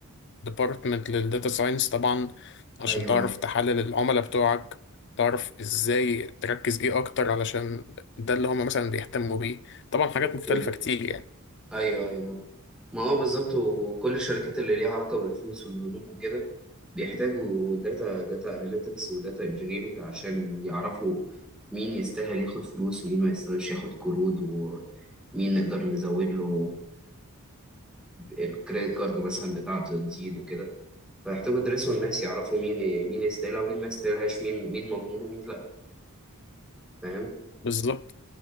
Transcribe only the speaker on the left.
ديبارتمنت للداتا ساينس طبعا عشان
تعرف
تحلل العملاء بتوعك تعرف ازاي تركز ايه اكتر علشان ده اللي هم مثلا بيهتموا بيه طبعا حاجات
مختلفة كتير يعني
بالظبط